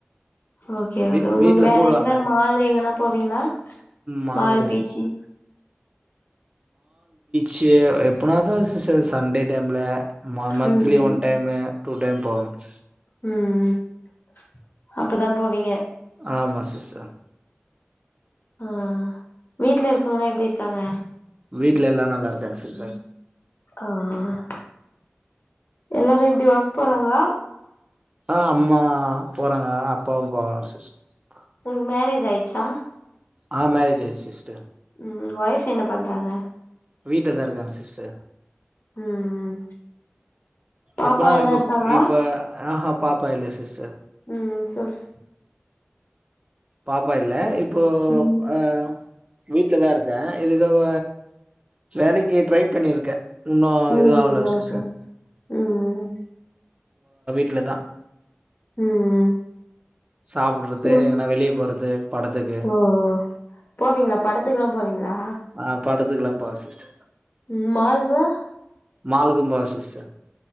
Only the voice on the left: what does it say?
ஓகே
ஓகே உங்களுக்கு
வேற
எங்க மால் எங்கன்னா போவீங்களா
மால் பீச்சி
ம்
ம்
உம் உம்அப்பதான் போவிங்க
ஆஆஹ் வீட்டுல இருக்கவுங்க எப்படி இருக்கு இருக்காங்க
ஆஹ் எல்லாறோ எப்படி வா போறாங்ளா
உங்ளுக்கு மேரேஜ் ஆயி ச்சா
உம் ஒய்ஃப் என்ன பண்றாங்க
ம் பாப்பா
எதனா
இருக்காங்களா
உம் சொல்லு
ம்
ம்
ஓகே
ம்
உம்
உம்
ஓ போவிங்களா படத்துக்குலா போவீங் நா
உம் மால்க்லா